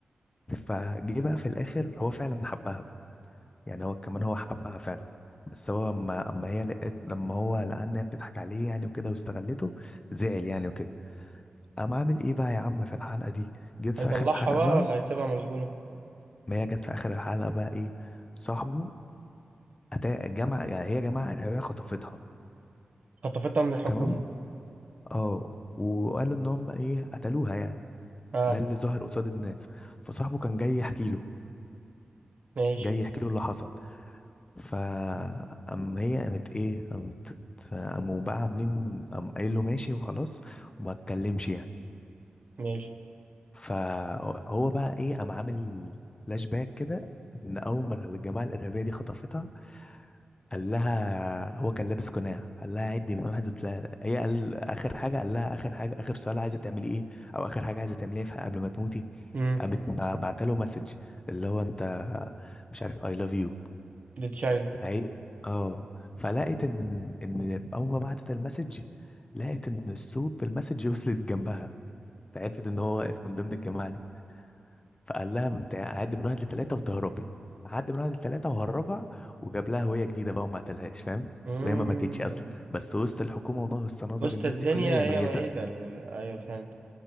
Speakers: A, on the left; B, on the right.
A: فجه بقى في الاخر هو فعلا حبها يعني هو كمان هو حبها فعلا بس هو اما اما هي لقيت لما هو لقى ان هي بتضحك عليه يعني وكده واستغلته زعل يعني وكده قام عامل ايه بقى يا عم في الحلقه دي جيت
B: هيطلعها
A: في اخر الحلقه
B: بقى
A: بقى
B: ولا هيسيبها مسجونة
A: ما هي جت في اخر الحلقه بقى ايه صاحبه أتا... جمع هي جماعه ارهابيه خطفتها
B: خطفتها من الحكومة
A: تمام اه وقالوا ان هم ايه قتلوها يعني
B: اه
A: ده اللي ظهر قصاد الناس فصاحبه كان جاي يحكي له
B: ماشي
A: جاي يحكي له اللي حصل فأم هي قامت ايه قامت قاموا بقى عاملين قام قايل له ماشي وخلاص وما اتكلمش يعني
B: ماشي
A: فهو بقى ايه قام عامل فلاش باك كده ان اول ما الجماعه الارهابيه دي خطفتها قال لها هو كان لابس قناع قال لها عدي من واحد وتلاقي هي قال اخر حاجه قال لها اخر حاجه اخر سؤال عايزه تعملي ايه او اخر حاجه عايزه تعمليها في قبل ما تموتي
B: امم
A: قامت بعت له مسج اللي هو انت مش عارف اي لاف يو
B: لتشايلو
A: فهي اه فلقيت ان ان اول ما بعتت المسج لقيت ان الصوت في المسج وصلت جنبها فعرفت ان هو واقف من ضمن الجماعه دي فقال لها بتاع عد من واحد لتلاتة وتهربي عد من واحد لتلاتة وهربها وجاب لها هوية جديدة بقى وما قتلهاش فاهم
B: امم
A: وهي ما ماتتش أصلا بس وسط الحكومة ونص نظر
B: وسط
A: الناس
B: الدنيا
A: دي كلها هي
B: هي
A: ميتة
B: ميتة ال- ايوه فهمت